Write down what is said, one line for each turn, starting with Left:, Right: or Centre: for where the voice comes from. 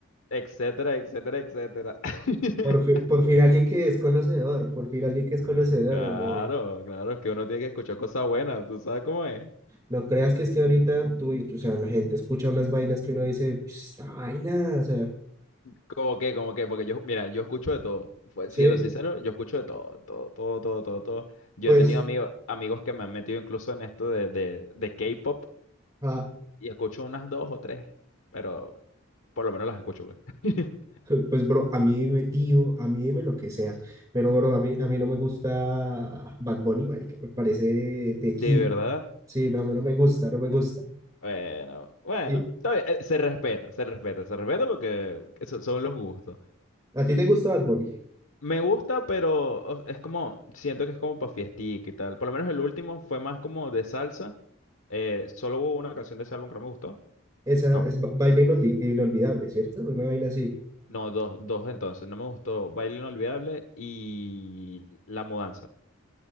Left: etcétera, etcétera, etcétera. <laughs>
Right: Por fin, por fin alguien que es conocedor, por fin alguien que es conocedor.
Left: Claro,
Right: oye.
Left: claro, es que uno tiene que escuchar cosas buenas, ¿tú sabes cómo es?
Right: No creas que es que ahorita tú, y- o sea, la gente escucha unas vainas que uno dice, esta vaina, o sea,
Left: Como que, como que, porque yo, mira, yo escucho de todo. Fue-
Right: sí,
Left: Siendo sincero, yo escucho de todo, todo, todo, todo, todo, todo. Yo
Right: pues,
Left: he tenido amigos, amigos que me han metido incluso en esto de, de, de K-pop
Right: ah,
Left: y escucho unas dos o tres, pero por lo menos las escucho, pues. <laughs>
Right: <laughs> pues, bro, a mí dime tío, a mí dime lo que seas, pero, bro, a mí, a mí no me gusta Bad Bunny, marica, me parece de
Left: De
Right: quinto.
Left: verdad.
Right: Sí, no, a mí no me gusta, no me gusta.
Left: Bueno, bueno,
Right: ¿Y
Left: está bien, eh, se respeta, se respeta, se respeta porque eso son los gustos.
Right: a ti te gusta Bad Bunny?
Left: Me gusta, pero o- es como, siento que es como para fiestica y tal. Por lo menos el último fue más como de salsa. Eh, solo hubo una canción de ese álbum que no me gustó.
Right: Esa
Left: No,
Right: es ba- baile inoldi- inolvidable, ¿cierto? Una vaina así.
Left: no, dos, dos entonces. No me gustó Baile Inolvidable y La Mudanza,